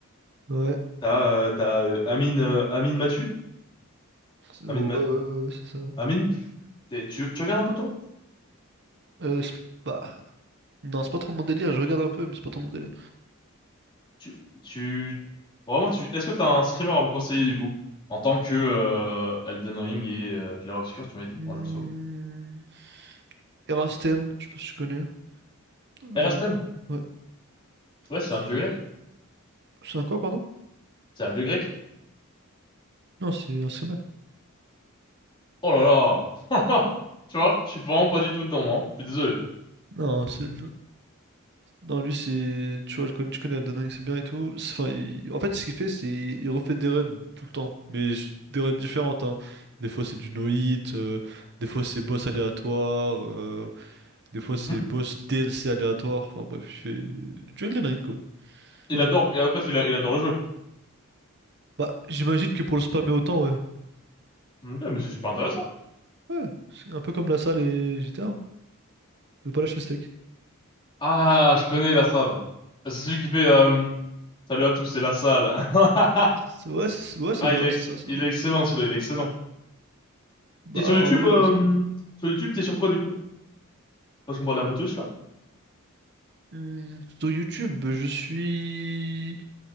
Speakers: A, on the right; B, on the left.
A: Ouais,
B: T'as euh, t'as euh, Amine, euh, Amine Mathieu.
A: c'est- ouais,
B: Amine, Ma-
A: ouais, ouais, ouais, c'est ça. ouais.
B: Amine? T'es- Tu, tu regardes un peu, toi?
A: Euh, c'est- bah, non, c'est pas trop mon délire. Je regarde un peu, mais c'est pas trop mon délire.
B: Tu, tu... Vraiment, tu... Est-ce que t'as un streamer à me conseiller, du coup? En tant que euh, Elden Ring et euh, Clair Obscur, tu m'as dit,
A: Hmm.
B: en jeu solo.
A: Erastem, je sais pas si tu connais. Euh,
B: Erastem?
A: ouais.
B: Ouais, c'est
A: C'est
B: un dieu grec.
A: c'est un quoi, pardon?
B: C'est un dieu grec.
A: Non, c'est un streamer.
B: Oh là là! <laughs> Tu vois, je suis vraiment pas du tout dedans, moi. Je suis désolé.
A: Non, c'est. Non, lui, c'est. Tu vois, je connais, je connais Adana, c'est bien et tout. C'est- Enfin, il- En fait, ce qu'il fait, c'est. Il refait des runs tout le temps. Mais je- des runs différentes, hein. Des fois, c'est du no-hit. euh, Des fois, c'est boss aléatoire. euh, Des fois,
B: Mhm.
A: c'est boss DLC aléatoire. Enfin, bref, je fais. Du Elden Ring, quoi.
B: Il
A: Donc,
B: adore,
A: j'aime bien.
B: et en fait, il, a- il adore le jeu.
A: Bah, j'imagine que pour le spammer autant, ouais.
B: Ok, mais c'est super intéressant.
A: Ouais, c'est un peu comme la salle et GTA. Hein. Je vais pas lâcher le steak.
B: Ah, je connais la salle. C'est celui qui fait, euh, salut à tous, c'est la salle. <laughs>
A: C'est- Ouais, c'est ouais, c'est
B: Ah,
A: ça,
B: il est, ex-
A: c'est ça, c'est
B: il
A: ça.
B: est excellent, celui-là, il est excellent.
A: Bah,
B: Et sur YouTube,
A: ouais,
B: euh,
A: c'est.
B: sur YouTube, t'es sur quoi, du coup? Parce qu'on parlait un peu Twitch, là.
A: Hum, Sur YouTube, je suis.